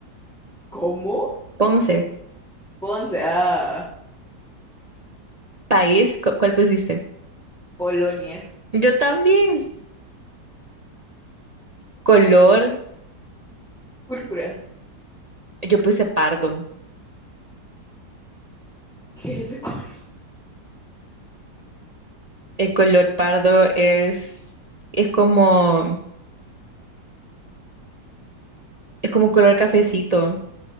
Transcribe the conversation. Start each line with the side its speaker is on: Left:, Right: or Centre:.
Centre: ¿Cómo?
Right: Ponce.
Centre: Ponce. Ah,
Right: País, cu- ¿cuál pusiste?
Centre: Polonia.
Right: Yo también. Color,
Centre: Púrpura. <laughs>
Right: yo puse pardo.
Centre: ¿Qué es ese color?
Right: El color pardo es, es como, es como color cafecito.